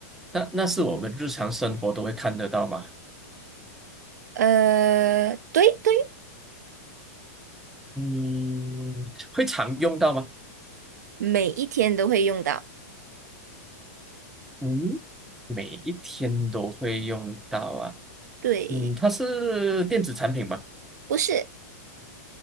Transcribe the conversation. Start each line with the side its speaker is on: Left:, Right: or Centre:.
Centre: 那那是我们日常生活都会看得到吗？
Right: 呃，对对，
Centre: 嗯，会常用到吗？
Right: 每一天都会用到。
Centre: 嗯。每一天都会用到啊。
Right: 对，
Centre: 嗯，它是电子产品吧？
Right: 不是，